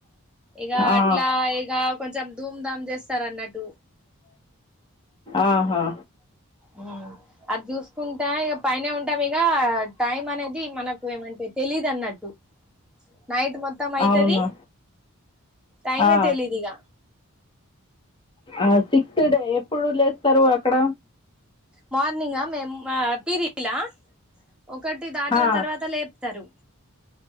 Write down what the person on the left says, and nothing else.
ఆ
ఆహా
అవును
ఆ
ఆ సిక్స్త్ డే ఎప్పుడు లేస్తారు అక్కడ
ఆ